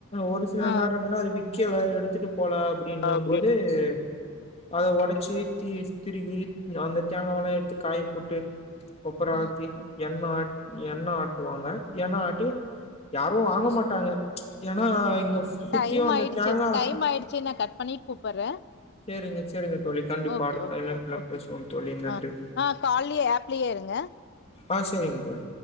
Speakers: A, on the left; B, on the left.
A: ஒரு சில
B: ஆ
A: நேரங்கள்ள அது விக்கில எடுத்துட்டு போல அப்டிங்க
B: அப்டியே.
A: போது தே அத ஒடச்சு தீ திருவி அந்த தேங்காவல்லா எடுத்து காய போட்டு
B: ம்
A: <unintelligible> என்ன ஆட் எண்ண ஆட்டுவாங்க எண்ண ஆட்டி யாரும் வாங்க மாட்டாங்க ஏன்னா இங்க சுத்தியு
B: டைம்
A: அந்த
B: ஆயிடுச்சு
A: தேங்கா
B: டைம் ஆயிடுச்சு நா கட் பண்ணிட் கூப்புறே
A: சேரிங்க சேரிங்க தோழி கண்டிப்பா
B: ஓகே
A: அடுத்த
B: ஓகே
A: இணைப்புல
B: ஓகே ஓகே
A: பேசுவோம் தோழி நன்றி
B: ஆ ஆ கால்லயே ஆப்லயே இருங்க
A: ஆ சரிங்க தோழி